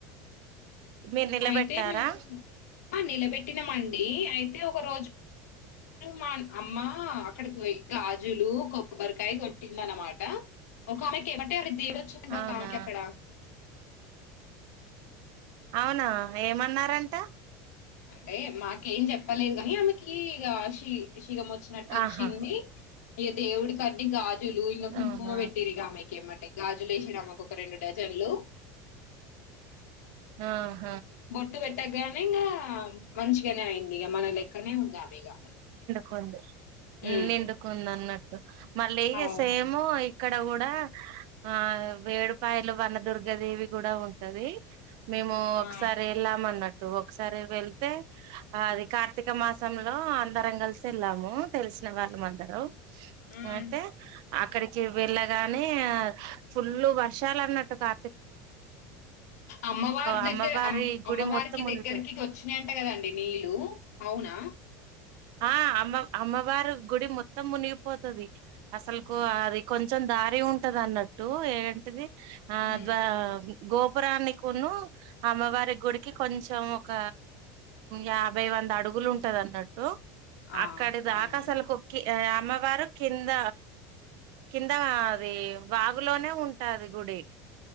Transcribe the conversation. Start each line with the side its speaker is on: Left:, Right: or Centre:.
Right: మీరు నిలబెట్టారా
Left: అయితే మేము ఆ నిలబెట్టినాంమండి అయితే ఒక రోజు మా అమ్మ అక్కడికి గాజులు కొబ్బరికాయ కొట్టింద అనమాట ఒక అమ్మేకి ఏం అంటే తీరొచ్చిండ
Right: అవునా
Left: కాకి అక్కడ
Right: అవునా ఏమన్నారంట
Left: అంటే మాకేం చెప్పలేదు కాని ఆమె కి ఇగ షి విషగం వచ్చినట్టు వచ్చింది
Right: ఆహా
Left: ఏ దేవుడుడి కడ్డిగా ఇకా కుంకుమ
Right: అవునా
Left: పెట్టిరిగా ఆమెకిమ్మటే గాజులు వేసినమ్మకు ఒక రెండు డజన్లు
Right: ఆ
Left: బొట్టు పెట్టగనింగా మంచిష నా అయింది మన లేక్కనే ఉందాం ఇగ
Right: కొంది
Left: హ్మ్
Right: నిండుకుంద అన్నట్టు మళ్ళీ
Left: అవునా
Right: సేము ఇక్కడ కూడా ఆ వేడుపాయలు వనదుర్గదేవి కూడా ఉంటది మేము ఒకసారి
Left: ఆ!
Right: వెళ్ళామ అన్నట్టు ఒకసారి వెళ్తే అది కా కార్తిక మాసంలో అందరం కలిసి వెళ్ళాము తెలిసిన వాళ్ళం అందరం
Left: హ్మ్.
Right: అయితే అక్కడికి వెళ్ళగానే ఫుల్లు వర్షాలు అన్నట్టు కా
Left: అమ్మవారు
Right: అమ్మవారి
Left: దగ్గరమ్
Right: గుడి
Left: అమ్మవారికి
Right: మొత్తం మునుగుతది
Left: దగ్గరకి వచ్చినాయంట కదండి నీళ్లు అవునా
Right: ఆ అమ్మ అమ్మవారు గుడి మొత్తం మునిగిపోతది అసలు అది కొంచెం దారి ఉంట ంటన్నట్టు ఏంటిది ఆ
Left: ఉమ్
Right: ద గోపురాన్ని కొను అమ్మవారి గుడికి కొంచెం ఒక యాభై వంద అడుగులు ఉంటది అన్నట్టు
Left: ఆ
Right: ఆక్కడది
Left: అవును
Right: ఆకాశల్కు కొకి అమ్మవారు కింద కింద అది వాగులోనే ఉంటది గుడి